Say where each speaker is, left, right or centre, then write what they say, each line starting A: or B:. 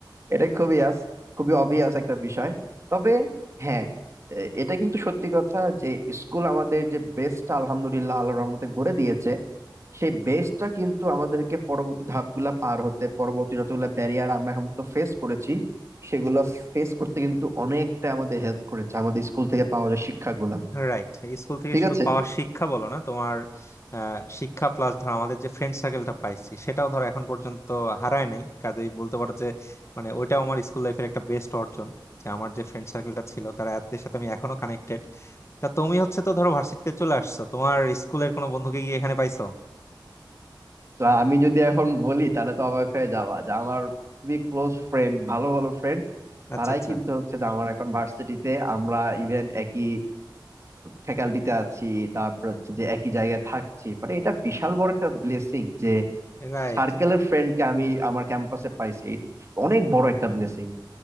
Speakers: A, on the right (about 40°); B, on the left (about 35°).
A: এটা খুবই আস খুবই অবভিয়াস একটা বিষয় তবে হ্যাঁ এ- এটা কিন্তু সত্যি কথা যে স্কুল আমাদের যে বেস্টটা আলহামদুলিল্লাহ আল্লাহর রহমতে গড়ে দিয়েছে সেই বেসটা কিন্তু আমাদেরকে পরবর্তী ধাপগুলা পার হতে পরবর্তী যতগুলো ব্যারিয়ার আমরা এখন তো ফেস করেছি সেগুলো ফেস করতে কিন্তু অনেকটা আমাদের হেল্প করেছে আমাদের স্কুল থেকে পাওয়া যায় শিক্ষাগুলা
B: রাইট স্কুল থেকে
A: ঠিক
B: শুধু
A: আছে
B: পাওয়া শিক্ষা বলো না তোমার আহ, শিক্ষা প্লাস ধরো আমাদের যে ফ্রেন্ড সার্কেলটা পাইছি সেটাও ধরো এখন পর্যন্ত হারায় নাই কাজেই বলতে পারো যে মানে ওইটাও আমার স্কুল লাইফের একটা বেস্ট অর্জন যে আমার যে ফ্রেন্ড সার্কেলটা ছিল তারা এদের সাথে আমি এখনো কানেক্টেড তা তুমি হচ্ছে তো ধরো ভার্সিটিতে চলে আসছো তোমার স্কুলের কোনো বন্ধুকে গিয়ে এখানে পাইছো
A: তো আমি যদি এখন বলি তাহলে তো অবাক হয়ে যাওয়া যে আমার খুবই ক্লোজ ফ্রেন্ড ভালো ভালো ফ্রেন্ড
B: আচ্ছা
A: তারাই
B: আচ্ছা
A: কিন্তু হচ্ছে যে আমার এখন ভার্সিটিতে আমরা ইভেন একই ফ্যাকাল্টিতে আছি তারপর হচ্ছে যে একই জায়গায় থাকছি মানে এটা বিশাল বড় একটা ব্লেসিং যে
B: রাইট
A: সার্কেলের ফ্রেন্ডকে আমি আমার ক্যাম্পাসে পাইছি এটা অনেক বড় একটা ব্লেসিং